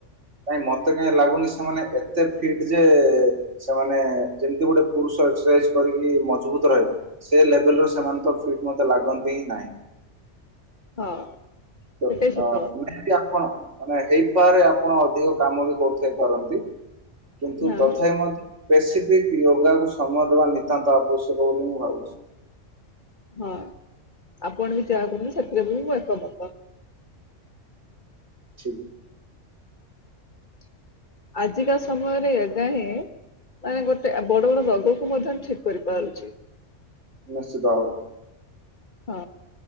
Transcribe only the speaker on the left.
ହଁ।
ସେଟା ସତ
କଥା
ହଁ।
ହଁ ଆପଣ ବି ଯାହା କରୁଛନ୍ତିୁ ସେଥିରେ ବି ମୁଁ ଏକମତ।
<inaudible> ଆଜିକା ସମୟରେ ଏଗା ହିଁ ମାନେ ଗୋଟେ ବଡ ବଡ ରୋଗକୁ ମଧ୍ୟ ଠିକ କରିପାରୁଛି।
ହଁ।